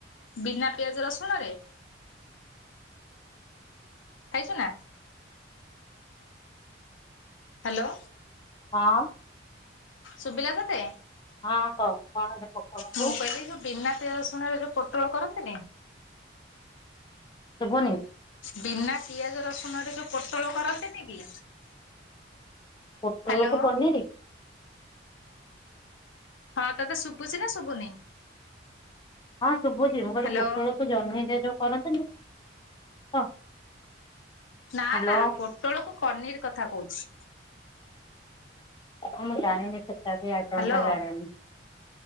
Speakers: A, on the left; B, on the left.
A: ବିନା ପିଆଜ, ରସୁଣରେ ଖାଇଛୁ ନା? ହାଲୋ।
B: ହଁ।
A: ଶୁବିଲା ତତେ?
B: ହଁ କହ କଣ ଯେ ପୋଟଳକୁ
A: ମୁଁ କହିଲି ଯୋଉ ବିନା ପିଆଜ, ରସୁଣରେ ଯୋଉ ପୋଟଳ କରନ୍ତିନି
B: ଶୁଭୁନି।
A: ବିନା ପିଆଜ, ରସୁଣରେ ଯୋଉ ପୋଟଳ କରନ୍ତିନି କି
B: ପୋଟଳକୁ
A: ହ୍ୟାଲୋ
B: ପନିରି
A: ହଁ ତତେ ଶୁଭୁଚି ନା ଶୁଭୁନି?
B: ହଁ ଶୁଭୁଚି
A: ହ୍ୟାଲୋ
B: ମୁଁ କହିଲିି ପୋଟଳକୁ ଜହ୍ନିରେ ଯୋଉ କରନ୍ତିନି ହଁ।
A: ନା
B: ହ୍ୟାଲୋ
A: ନା ପୋଟଳକୁୁ ପନିର କଥା କହୁଛି।
B: ଅ ମୁଁ ଜାଣିନି ସେଟା କି ଆଇଟମଟା
A: ହ୍ୟାଲୋ
B: ଜାଣିନି।